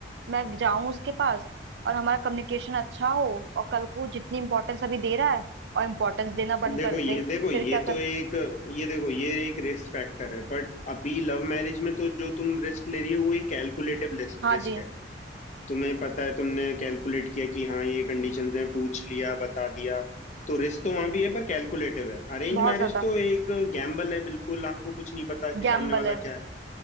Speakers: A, on the right (about 70°); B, on the left (about 40°).
A: मैं जाऊं उसके पास और हमारा कम्युनिकेशन अच्छा हो और कल को जितनी इंपॉर्टेंस अभी दे रहा है और इम्पोर्टेंस देना
B: अब
A: बंद
B: देखो
A: कर
B: ये
A: दे
B: देखो ये
A: फिर क्या
B: तो
A: कर
B: एक ये देखो ये एक रिस्क फैक्टर है बट अभी लव मैरिज में तो जो तुम रिस्क ले रही हो वो एक कैलकुलेटिव
A: हाँ
B: रिस्क
A: जी
B: है तुम्हें पता है तुमने कैलकुलेट किया कि हाँ ये कंडीशंस हैं पूछ लिया बता दिया तो रिस्क तो वहां भी है पर कैलकुलेटिव है अरेंज
A: बहुत
B: मैरिज
A: ज्यादा
B: तो एक गैम्बल है बिल्कुल आपको कुछ नहीं पता कि सामने
A: गैम्बल
B: वाला
A: है
B: क्या है